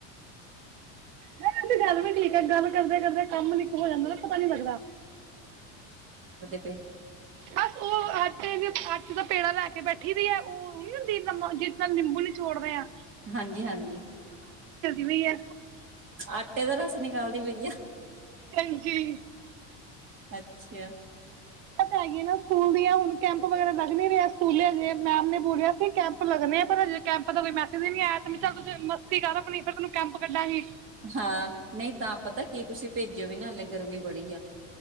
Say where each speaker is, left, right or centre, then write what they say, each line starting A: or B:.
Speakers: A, on the right; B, on the right.
A: ਮ ਇਹਦੀ ਗੱਲ ਵੀ ਠੀਕ ਹੈ ਗੱਲ ਕਰਦੇ- ਕਰਦੇ ਕੰਮ ਨੀ ਹੋ ਜਾਂਦਾ ਨਾ ਪਤਾ ਨੀ ਲੱਗਦਾ
B: 'ਤੇ
A: ਬਸ, ਉਹ ਆਟੇ, ਆਟੇ ਦਾ ਪੇੜਾ ਲੈ ਕੇ ਬੈਠੀ ਪਈ ਹੈ। ਉਹ ਨੀ ਹੁੰਦੀ ਜਿਸ ਨਾਲ ਨਿੰਬੂ ਨਿਚੋੜਦੇ ਹਾਂ।
B: ਹਾਂਜੀ- ਹਾਂਜੀ,
A: ਪਈ ਹੈ
B: ਆਟੇ ਦਾ ਰਸ ਨਿਕਾਲਦੀ ਪਈ ਆ
A: ਹਾਂਜੀ
B: ਅੱਛਾ!
A: ਹੈਗੀ ਨਾ ਸਕੂਲ ਦੀਆਂ ਹੁਣ ਕੈਂਪ ਵਗੈਰਾ ਲੱਗ ਨਹੀਂ ਰਹੇ ਅਜੇ ਸਕੂਲੇ ਹਜੇ ਮੈਮ ਨੇ ਬੋਲਿਆ ਸੀ ਕੈਂਪ ਲੱਗਣੇ ਆ ਪਰ ਹਜੇ ਕੈਂਪ ਦਾ ਕੋਈ ਮੈਸੇਜ ਨੀ ਆਇਆਂ ਤੇ ਮੈਂ ਕਿਹਾ ਚੱਲ ਮਸਤੀ ਕਰ ਆਪਣੀ ਫਿਰ ਤੈਨੂੰ ਕੈਂਪ ਕੱਢਾਂਗੀ।
B: ਹਾਂ, ਨਹੀਂ ਤਾਂ ਪਤਾ ਕੀ ਤੁਸੀਂ ਭੇਜਿਓ ਵੀ ਨਾ ਹਲੇ ਗਰਮੀ ਬੜੀ ਆ।